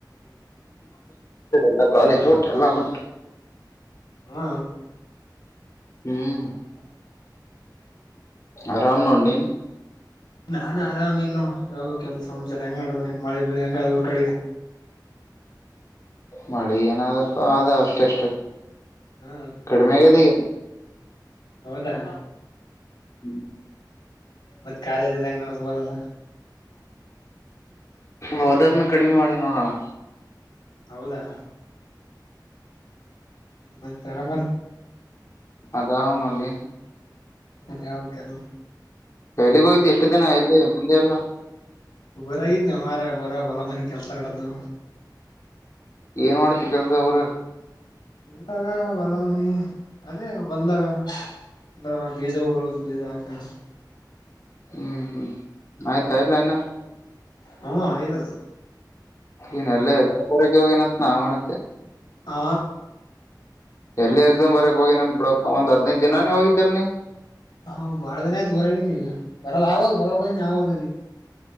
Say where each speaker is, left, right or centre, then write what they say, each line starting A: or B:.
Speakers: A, on the left (about 40°); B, on the left (about 80°).
A: ಲ್ಲ ಕಾಲೇಜ್ ಟ್ಟ ಎಲ್ಲ ಬಿಟ್ಟು
B: ಹ್ಮ
A: ಹ್ಮ್ ಆರಾಮ ನೋಡ ನೀ
B: ನಾನ್ ಆರಾಮ್ ಇನ್ನು ಯಾವ ಕೆಲ್ಸಚಾರ ಹೆಂಗ ನಡ್ದ ಮಳೆ ಬಳಿ ಹೆಂಗ ಅದು ಹೊರ್ ಕಡೆಗೆ
A: ಮಳೆ ಏನಾದಪ್ಪ ಆದ ಅಷ್ಟೆಷ್ಟು
B: ಹ್ಮ್
A: ಕಡಮೆಗದ
B: ಹೌದಾ
A: ಹ್ಮ್
B: ಮತ್ತ್ ಕಾಲೇಜ್ ಅದು ಹೆಂಗ್ ನಡದದ
A: ಹೋದಾರ್ನ ಕಡಿಮೆ ಮಾಡಿ ನೋಡಣ್ಣ
B: ಹೌದಾ ಮತ್ತೆ ಆರಾಮನ್
A: ಅದಾವ್ ನೋಡ್ಲೆ
B: ಅದ್ಯಾವ್ಕದು
A: ಎಲ್ಲಿಗ್ ಹೋಗಿದ್ದಿ ಇಷ್ಟ್ ದಿನ ಎಲ್ಲಿ ಬಂದೆ ಇಲ್ಲ
B: ಊರಾಗಿದ್ನೋ ಮಾರಾಯ್ ಊರಾಗ್ ಹೊಲ ಮನಿ ಕೆಲ್ಸ ನಡದ್ದು
A: ಏನ್ ಮಾಡ್ತಿ ಕೆಲ್ಸ ಊರಲ್
B: ಊರಾಗ ಹೊಲ ಮನಿ ಅದೇ ಹೊಲ್ದಾಗ ಅಂದ್ರ ಬೀಜ ಊರದು ಬೀಜ ಹಾಕದು
A: ಹ್ಮ್ ಹ್ಮ್ ಆಯ್ತ ಇಲ್ಲ ಇನ್ನ
B: ಹ್ಮ ಆಯದು
A: ನೀನ್ ಅಲ್ಲೇ ಇರ್ ಊರಿಕೆ ಹೋಗ್ಯಾನ ಅಂತ್ ನಾ ಮಾಡಿದ್ದೆ
B: ಆ
A: ಎಲ್ಲಿ ಎಕ್ಸಾಮ್ ಬರಿಯಾಕ್ ಹೋಗಿ ನನ್ ಬಿಡಪ್ಪ ಒಂದ್ ಹದ್ನೈದು ದಿನಾನೇ ಹೋಗಿದ್ದಲ್ ನೀ
B: ಹೌ ಬಾಳ ದಿನ ಆಯ್ತು ಊರಾಗೀನಿ ಬರಲ್ಲಾವದ್ ಬರ <unintelligible>